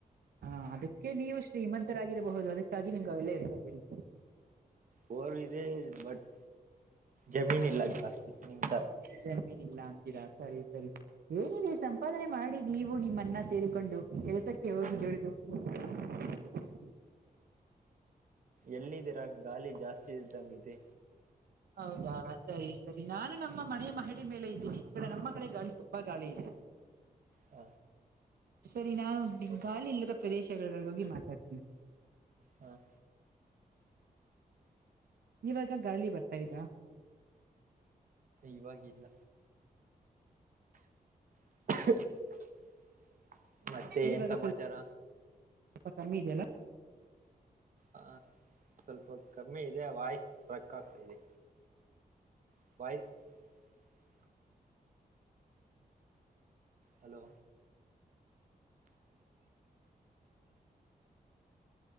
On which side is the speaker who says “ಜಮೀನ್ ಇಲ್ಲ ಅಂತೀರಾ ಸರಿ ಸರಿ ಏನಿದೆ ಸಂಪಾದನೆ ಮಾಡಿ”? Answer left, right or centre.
Right